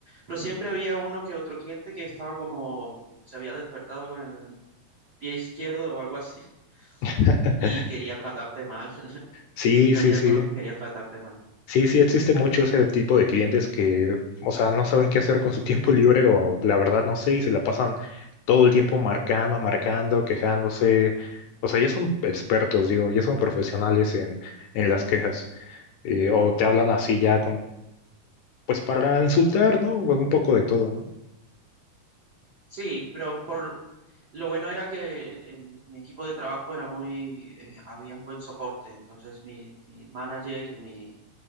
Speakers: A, on the right (about 60°); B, on the left (about 80°).
A: Pero siempre había uno que otro cliente que estaba como se había despertado con el pie izquierdo o algo así <laughs>
B: <laughs>
A: y quería tratarte mal. <laughs>
B: Sí,
A: Siempre
B: sí,
A: había
B: sí.
A: alguno que quería tratarte mal.
B: Sí, sí, existe mucho ese tipo de clientes que, o sea, no saben qué hacer con su tiempo <laughs> libre o la verdad no sé y se la pasan todo el tiempo marcando, marcando, quejándose. O sea, ya son expertos, digo, ya son profesionales en, en las quejas. eh, o te hablan así
A: Sí.
B: ya con, pues para insultar,
A: Bu-
B: ¿no? Un poco de todo, ¿no?
A: Sí, pero por lo bueno era que el- el- mi equipo de trabajo era muy, eh, había un buen soporte, entonces mi, mi manager y mi